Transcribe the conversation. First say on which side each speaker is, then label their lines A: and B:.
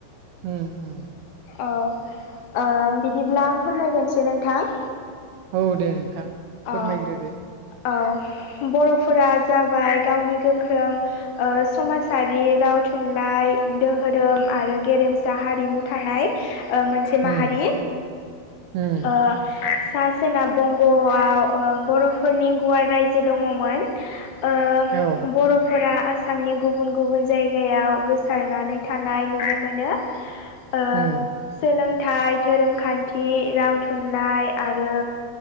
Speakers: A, on the right (about 80°); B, on the left (about 70°).
A: उम उम।
B: अ ओम बिदिब्ला फोरमायगोरसै नोंथां।
A: औ दे नोंथां।
B: अ
A: फोरमायग्रोदो
B: औ बर'फोरा जाबाय गावनि गोख्रों। ओ समाजारि राव थुनलाइ दोहोरोम आरो गेरेमसा हारिमु थानाय। ओ मोनसे
A: उम
B: माहारि
A: उम
B: ओ सा सोनाब बंग'आ। आव ओ बर'फोरनि गुवार रायजो दङमोन ओ
A: औ
B: बर'फोरा। सामनि गुबुन गुबुन जायगायाव गोसारनानै थानाय नुनो मोनो। ओ
A: उम
B: सोलोंथाइ धोरोमखान्थि राव थुनलाइ आरो।